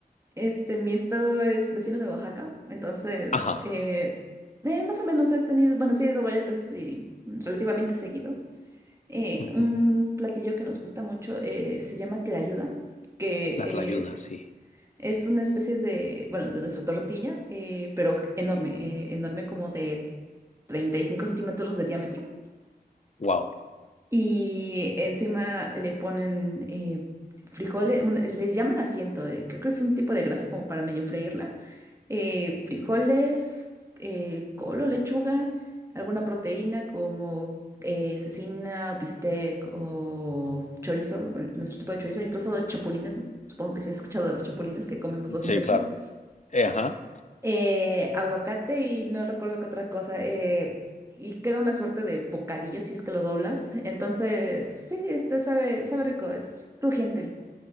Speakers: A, on the right; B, on the left.
A: Este, mi estado es vecino de Oaxaca, entonces
B: Ajá.
A: eh, eh, más o menos he tenido, bueno, sí he ido varias veces y relativamente seguido. Eh,
B: ujú,
A: un platillo que nos gusta mucho eh, se llama tlayuda, que
B: La tlayuda,
A: es,
B: sí.
A: es una especie de, bueno, de nuestra tortilla, eh, pero enorme, eh, enorme como de 35 centímetros de diámetro.
B: Wow.
A: Y encima le ponen eh, frijoles, bueno, le llaman asiento, eh, creo que es un tipo de grasa como para medio freírla eh, frijoles, eh, col o lechuga, alguna proteína como eh, cecina, bistec o chorizo, bueno, nuestro tipo de chorizo, incluso chapulines, supongo que sí has escuchado de los chapulines que comemos los
B: Sí,
A: insectos,
B: claro. Eh, ajá.
A: eh, aguacate y no recuerdo qué otra cosa, eh, y queda una suerte de bocadillo si es que lo doblas, entonces sí, este sabe, sabe rico, es crujiente.